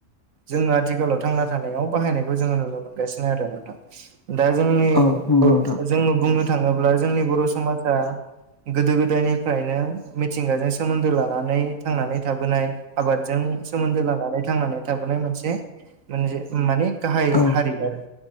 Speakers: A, on the right; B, on the left.
A: जोङो आथिखालाव थांना थानायाव बाहायनायखौ जोङो नुनो मोनगासिनो आरो नोंथां। दा जोंनि
B: औ नंगौ नोंथां
A: जोङो बुंनो थाङोब्ला जोंनि बर' समाजा गोदो गोदायनिफ्रायनो मिथिंगाजों सोमोन्दो लानानै थांनानै थाबोनाय आबादजों सोमोन्दो लानानै थांनानै थाबोनाय मोनसे मोन माने गाहाय
B: औ
A: हारि आरो